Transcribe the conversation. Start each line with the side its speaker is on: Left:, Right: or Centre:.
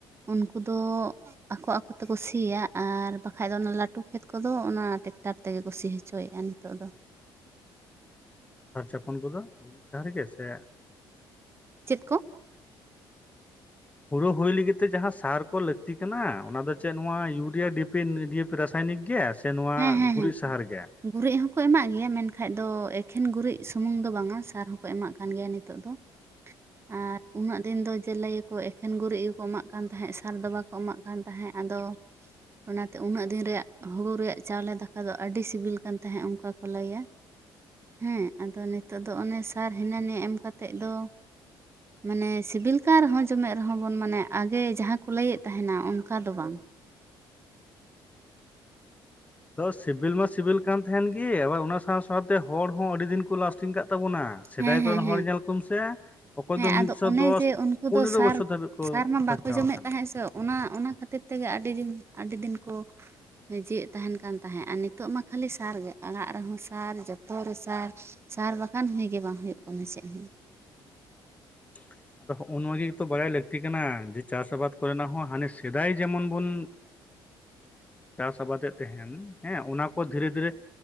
Right: ᱩᱱᱠᱩ ᱫᱚ ᱟᱠᱚ ᱟᱠᱚ ᱛᱮᱠᱚ ᱥᱤᱭᱟ ᱟᱨ ᱵᱟᱠᱷᱟᱡ ᱫᱚ ᱚᱱᱟ ᱞᱟᱹᱴᱩ ᱠᱷᱮᱛ ᱠᱚᱫᱚ ᱚᱱᱟ ᱴᱮᱠᱴᱟᱨ ᱛᱮᱜᱮ ᱠᱚ ᱥᱤ ᱦᱚ... ᱪᱚᱭᱮᱫᱼᱟ ᱱᱤᱛᱚᱜ ᱫᱚ
Left: ᱟᱨ ᱥᱟᱨ ᱪᱷᱟᱯᱚᱱ ᱠᱚᱫᱚ ᱜᱩᱨᱤᱡ ᱥᱟᱨ ᱜᱮ ᱥᱮ
Right: ᱪᱮᱫ ᱠᱚ
Left: ᱦᱚᱲᱚ ᱦᱩᱭ ᱞᱟᱹᱜᱤᱫ ᱛᱮ ᱡᱟᱦᱟᱸ ᱥᱟᱨ ᱠᱚ ᱞᱟᱹᱠᱛᱤ ᱠᱟᱱᱟ ᱚᱱᱟ ᱫᱚ ᱪᱮᱫ ᱱᱚᱣᱟ ᱭᱩᱨᱤᱭᱟ ᱰᱤ ᱯᱤ ᱮᱸ ᱰᱤᱭᱮᱯᱤ ᱨᱟᱥᱟᱭᱱᱤᱠ ᱜᱮ ᱥᱮ ᱱᱚᱣᱟ
Right: ᱦᱮᱸ ᱦᱮᱸ
Left: ᱜᱩᱨᱤᱡ
Right: ᱦᱮᱸ
Left: ᱥᱟᱦᱟᱨ ᱜᱮ
Right: ᱜᱩᱨᱤᱡ ᱦᱚᱸᱠᱚ ᱮᱢᱟᱜ ᱜᱮᱭᱟ ᱢᱮᱱᱠᱟᱱᱡ ᱫᱚ ᱮᱠᱷᱮᱱ ᱜᱩᱨᱤᱡ ᱥᱩᱢᱩᱝ ᱫᱚ ᱵᱟᱝ-ᱟ ᱥᱟᱨ ᱦᱚᱸᱠᱚ ᱮᱢᱟᱜ ᱠᱟᱱ ᱜᱮᱭᱟ ᱱᱤᱛᱚᱜ ᱫᱚ ᱟᱨ ᱩᱱᱟᱹᱜ ᱫᱤᱱ ᱫᱚ ᱡᱮ ᱞᱟᱹᱭᱟᱠᱚ ᱮᱠᱷᱮᱱ ᱜᱩᱨᱤᱡ ᱜᱮᱠᱚ ᱮᱢᱟᱜ ᱠᱟᱱ ᱛᱟᱦᱮᱸᱫ ᱥᱟᱨ ᱫᱚ ᱵᱟᱠᱚ ᱮᱢᱟᱜ ᱠᱟᱱ ᱛᱟᱦᱮᱸᱫ ᱟᱫᱚ ᱚᱱᱟᱛᱮ ᱩᱱᱟᱹᱜ ᱫᱤᱱ ᱨᱮᱭᱟᱜ ᱦᱳᱲᱩ ᱨᱮᱭᱟᱜ ᱪᱟᱣᱞᱮ ᱫᱟᱠᱟ ᱫᱚ ᱟᱹᱰᱤ ᱥᱤᱵᱤᱞ ᱠᱟᱱ ᱛᱟᱦᱮᱸᱫ ᱚᱱᱠᱟ ᱠᱚ ᱞᱟᱹᱭᱟ ᱦᱮᱸ ᱟᱫᱚ ᱱᱤᱛᱚᱜ ᱫᱚ ᱚᱱᱮ ᱥᱟᱨ ᱦᱤᱱᱟᱹ ᱱᱤᱭᱟᱹ ᱮᱢ ᱠᱟᱛᱮᱫ ᱫᱚ ᱢᱟᱱᱮ ᱥᱤᱵᱤᱞ ᱠᱟᱱ ᱨᱮᱦᱚᱸ ᱡᱚᱢᱮᱫ ᱨᱮᱦᱚᱸ ᱵᱚᱱ ᱢᱟᱱᱮ ᱟᱜᱮ ᱡᱟᱦᱟᱸ ᱠᱚ ᱞᱟᱹᱭᱮᱫ ᱛᱟᱦᱮᱱᱟ ᱚᱱᱠᱟ ᱫᱚ ᱵᱟᱝ
Left: ᱟᱫᱚ ᱥᱤᱵᱤᱞ ᱢᱟ ᱥᱤᱵᱤᱞ ᱠᱟᱱ ᱛᱟᱦᱮᱱ ᱜᱮ ᱟᱵᱟᱨ ᱚᱱᱟ ᱥᱟᱶ ᱥᱟᱶᱛᱮ ᱦᱚᱲᱦᱚᱸ ᱟᱹᱰᱤ ᱫᱤᱱ ᱠᱚ ᱞᱟᱥᱴᱤᱝ ᱠᱟᱜ ᱛᱟᱵᱚᱱᱟ ᱥᱮᱫᱟᱭ
Right: ᱦᱮᱸ
Left: ᱠᱚᱨᱮᱱ
Right: ᱦᱮᱸ ᱦᱮᱸ
Left: ᱦᱚᱲ ᱧᱮᱞ ᱠᱚᱢ ᱥᱮ ᱚᱠᱚᱭ
Right: ᱦᱮᱸ
Left: ᱫᱚ ᱢᱤᱫᱥᱚ
Right: ᱟᱫᱚ ᱚᱱᱮ
Left: ᱫᱚᱥ
Right: ᱡᱮ ᱩᱱᱠᱩ
Left: ᱯᱚᱱᱮᱨᱚ
Right: ᱫᱚ ᱥᱟᱨ
Left: ᱵᱚᱪᱷᱚᱨ ᱫᱷᱟᱹᱵᱤᱡ ᱠᱚ
Right: ᱥᱟᱨ ᱢᱟ
Left: ᱵᱟᱧᱪᱟᱣ
Right: ᱵᱟᱠᱚ ᱡᱚᱢᱮᱫ
Left: ᱟᱠᱟᱱᱟ
Right: ᱛᱟᱦᱮᱸᱜ ᱥᱮ ᱚᱱᱟ ᱚᱱᱟ ᱠᱷᱟᱹᱛᱤᱨ ᱛᱮᱜᱮ ᱟᱹᱰᱤ ᱫᱤᱱ ᱟᱹᱰᱤ ᱫᱤᱱ ᱠᱚ ᱡᱤᱣᱮᱫ ᱛᱟᱦᱮᱱ ᱠᱟᱱ ᱛᱟᱦᱮᱸᱫ ᱟᱨ ᱱᱤᱛᱚᱜ ᱢᱟ ᱠᱷᱟᱹᱞᱤ ᱥᱟᱨ ᱜᱮ ᱟᱲᱟᱜ ᱨᱮᱦᱚᱸ ᱥᱟᱨ ᱡᱚᱛᱚ ᱨᱮ ᱥᱟᱨ ᱥᱟᱨ ᱵᱟᱠᱷᱟᱱ ᱦᱩᱜᱮ ᱵᱟᱝ ᱦᱩᱭᱩᱜ ᱠᱟᱱᱟ ᱪᱮᱫ ᱦᱚᱸ
Left: ᱦᱩᱸ ᱟᱫᱚ ᱦᱚᱸᱜᱼᱚ ᱱᱚᱣᱟ ᱜᱮᱛᱚ ᱵᱟᱲᱟᱭ ᱞᱟᱹᱠᱛᱤ ᱠᱟᱱᱟ ᱡᱮ ᱪᱟᱥ ᱟᱵᱟᱫᱽ ᱠᱚᱨᱮᱱᱟᱜ ᱦᱚᱸ ᱦᱟᱱᱮ ᱥᱮᱫᱟᱭ ᱡᱮᱢᱚᱱ ᱵᱚᱱ ᱪᱟᱥ ᱟᱵᱟᱫᱮᱫ ᱛᱮᱦᱮᱱ ᱦᱮᱸ ᱚᱱᱟ ᱠᱚ ᱫᱷᱤᱨᱮ ᱫᱷᱤᱨᱮ